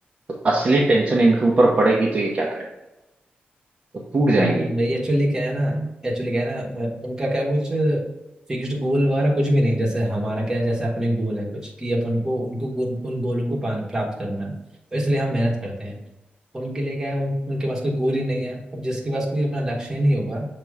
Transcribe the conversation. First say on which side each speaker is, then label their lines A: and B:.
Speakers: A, on the right; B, on the right.
A: तो असली टेंशन इनके ऊपर पड़ेगी तो ये क्या करेंगे तो टूट जाएंगे
B: हम्म, भाई एक्चुअली क्या है ना एक्चुअली क्या है ना अ, उनका क्या कुछ फिक्स्ड गोल वगैरह कुछ भी नहीं जैसे हमारा क्या है जैसे अपने गोल है कुछ कि अपन को उनको गोल, उन गोलों को पान- प्राप्त करना है तो इसलिए हम मेहनत करते हैं उनके लिए क्या है उन, उनके पास कोई गोल ही नहीं है अब जिसके पास कोई अपना लक्ष्य ही नहीं होगा